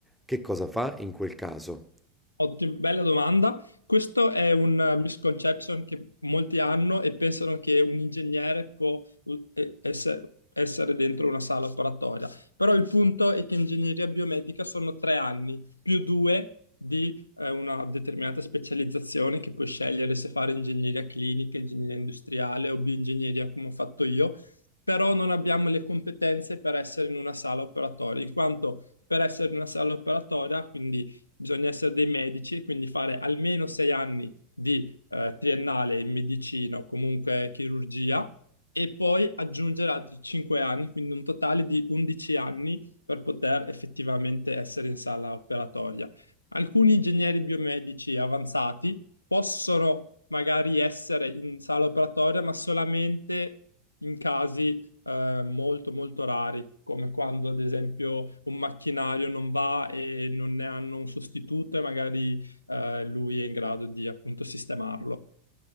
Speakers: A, in the centre; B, on the left.
A: che cosa fa in quel caso?
B: Ottim- bella domanda. Questo è un eh, misconception che molti hanno e pensano che un ingegnere può u- e- esse- essere dentro una sala operatoria. Però il punto è che ingegneria biomedica sono tre anni più due di eh, una determinata specializzazione che puoi scegliere se fare ingegneria clinica, ingegneria industriale o bioingegneria come ho fatto io. Però non abbiamo le competenze per essere in una sala operatoria, in quanto per essere in una sala operatoria, quindi bisogna essere dei medici, quindi fare almeno sei anni di eh, triennale in medicina o comunque chirurgia e poi aggiungere altri cinque anni, quindi un totale di 11 anni per poter effettivamente essere in sala operatoria. Alcuni ingegneri biomedici avanzati possono magari essere in sala operatoria, ma solamente in casi eh, molto molto rari, come quando ad esempio un macchinario non va e non ne hanno un sostituto e magari eh, lui è in grado di appunto sistemarlo.